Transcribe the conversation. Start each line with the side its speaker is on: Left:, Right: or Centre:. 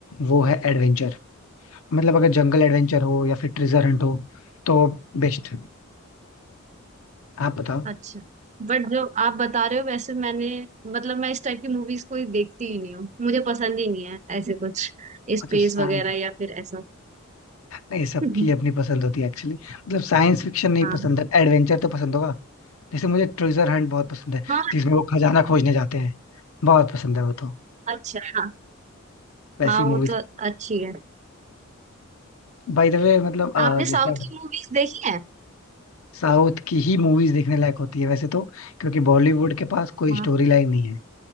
Left: वो है एडवेंचर मतलब अगर जंगल एडवेंचर हो या फिर ट्रेजर हंट हो तो बेस्ट आप बताओ
Right: अच्छा बट जो आप बता रहे हो वैसे मैंने मतलब मैं इस टाइप की मूवीज कोई देखती ही नहीं हूँ मुझे पसंद ही नहीं है ऐसे कुछ स्पेस
Left: अच्छा साइंस
Right: वगैरह या फिर ऐसा
Left: नहीं सबकी
Right: <laughs>
Left: अपनी पसंद होती है एक्चुअली मतलब साइंस फिक्शन नहीं
Right: हाँ
Left: पसंद है एडवेंचर तो पसंद होगा जैसे मुझे ट्रेजर हंट बहुत पसंद है
Right: हाँ
Left: जिसमें वो खजाना खोजने जाते हैं बहुत पसंद है वो तो
Right: अच्छा हाँ
Left: वैसी
Right: हाँ
Left: मूवीज
Right: वो तो अच्छी है
Left: बाय द वे मतलब अ,
Right: आपने
Left: जैसे
Right: साउथ
Left: आप
Right: की मूवीज देखी है
Left: साउथ की ही मूवीज देखने लायक होती है वैसे तो क्योंकि बॉलीवुड के पास कोई
Right: हाँ
Left: स्टोरी लाइन नहीं है